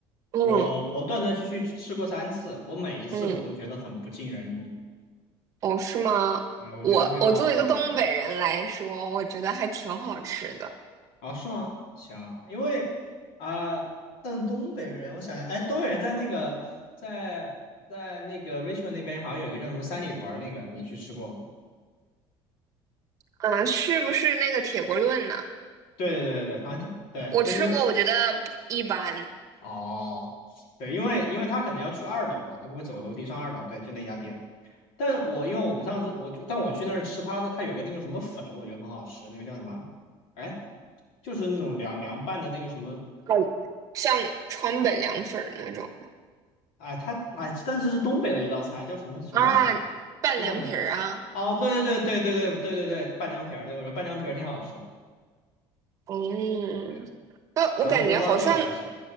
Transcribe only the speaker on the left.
我我断断续续吃过三次，我每一次我都觉得很不尽人意，
哎，我觉得味道很一般。
啊，是吗？行，因为啊、但东北人，我想想，哎，东北人在那个在在那个 Richmond 那边好像有一个叫什么三里屯儿那个，你去吃过吗？
对对对对对，好像他对他就是
哦，对，因为因为他可能要去二楼嘛，他不会走个楼梯上二楼，对，就那家店。但我因为我们上次我就但我去那儿吃他的，他有个那个什么粉，我觉得很好吃，那个叫什么？哎，就是那种凉凉拌的那个什么
啊，他哎，但是是东北的一道菜，叫什么什么粉？
那叫什么？哦，对对对对对对对对对，拌凉皮儿，对，我觉得拌凉皮儿挺好吃的，
对，
然后锅包肉也还行